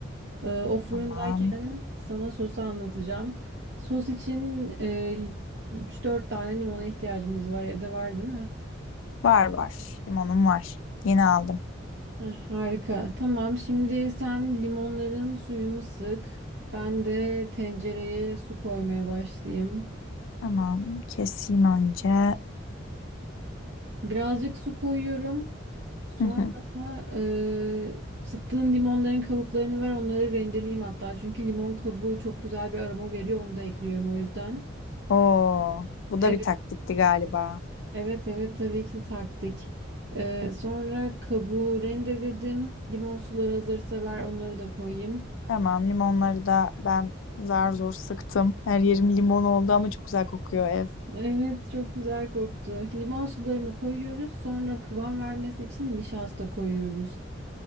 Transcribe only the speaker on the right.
Ee, o fırındayken
sana sosu anlatacağım. Sos için e, 3-4 tane limona ihtiyacımız var. Evde var değil mi?
Heh, harika. Tamam. Şimdi sen limonların suyunu sık. Ben de tencereye su koymaya başlayayım.
Birazcık su koyuyorum. Sonra
e, sıktığın limonların kabuklarını ver. Onları rendeleyeyim hatta. Çünkü limon kabuğu çok güzel bir aroma veriyor. Onu da ekliyorum o yüzden.
Evet,
evet, evet tabii ki taktik. E, sonra kabuğu rendeledim. Limon suları hazırsa ver. Onları da koyayım.
Evet çok güzel koktu. Limon sularını koyuyoruz. Sonra kıvam vermesi için nişasta koyuyoruz.